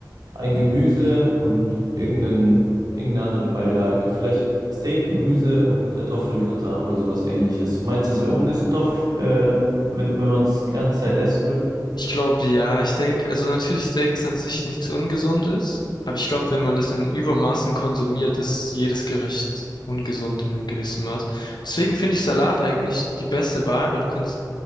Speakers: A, on the right; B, on the left.
A: ein Gemüse und irgendein, irgendeine andere Beilage. Vielleicht Steak, Gemüse und Kartoffelgratin oder sowas ähnliches. Meinst du, es wäre ungesund auf, äh, wenn, wenn man es die ganze Zeit essen würde?
B: Ich glaube, ja, ich denke, also natürlich Steak ist an sich nichts Ungesundes, aber ich glaube, wenn man das in Übermaßen konsumiert, ist jedes Gericht ungesund in einem gewissen Maß. Deswegen finde ich Salat eigentlich die beste Wahl, weil du kannst